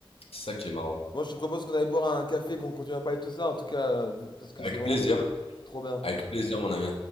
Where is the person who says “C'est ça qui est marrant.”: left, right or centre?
Left